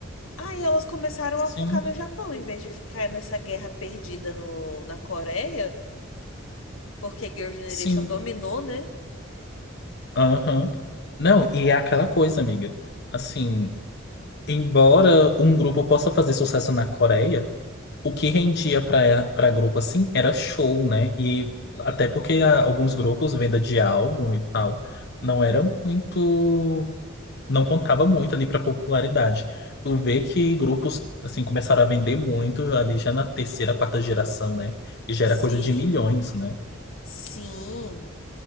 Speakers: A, on the left; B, on the left.
A: Aí elas começaram
B: Sim.
A: a focar no Japão, em vez de ficar nessa guerra perdida no, na Coreia, porque Girl Generation
B: Sim.
A: dominou, né?
B: Aham. Não, e é aquela coisa, amiga. Assim, embora um grupo possa fazer sucesso na Coreia, o que rendia pra para grupo assim era show, né? E
A: Uhum.
B: até porque ah, alguns grupos, venda de álbum e tal, não era muito. não contava muito ali para popularidade. Tu vê que grupos assim começaram a vender muito ali já na terceira, quarta geração, né? E já
A: Sim,
B: era coisa de milhões, né?
A: sim.